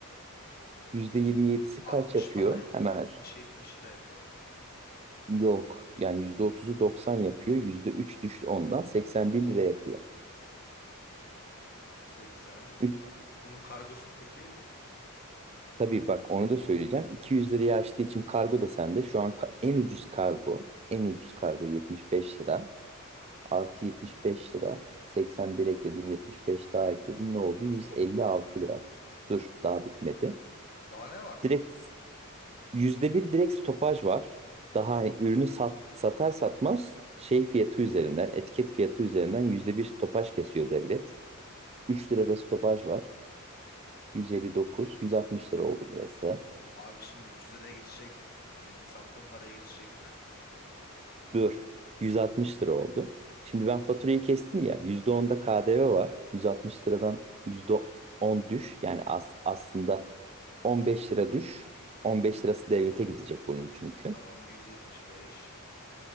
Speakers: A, on the left; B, on the right.
A: %27.
B: %27'si
A: Altmış
B: kaç yapıyor?
A: falan yapıyor.
B: Hemen
A: altmış 70 lira yapıyor.
B: yok. Yani %30'u 90 yapıyor. %3 düştü ondan. 81 lira yapıyor.
A: yüz seksen.
B: Üç,
A: Hadi bunun kargosun peki?
B: tabii bak onu da söyleyeceğim. 200 liraya açtığı için kargo da sende. Şu an ka- en ucuz kargo. En ucuz kargo 75 lira. Artı 75 lira. 81 ekledin, 75 daha ekledin. Ne oldu? Yüz
A: Oh.
B: elli altı lira. Dur, daha bitmedi.
A: Daha ne var?
B: Direkt yüzde bir direkt stopaj var. Daha hani ürünü sat, satar satmaz şey fiyatı üzerinden, etiket fiyatı üzerinden yüzde bir stopaj kesiyor devlet. 3 lirada stopaj var. Yüz elli dokuz, yüz altmış lira oldu burası.
A: Oh. Abi şimdi 300 liraya geçecek. Senin sattığın paraya geçecek. <laughs>
B: Dur, 160 lira oldu. Şimdi ben faturayı kestim ya. %10'da KDV var. 160 liradan yüzde on düş. Yani as, aslında 15 lira düş. 15 lirası devlete gidecek bunun çünkü.
A: Tamam. 175.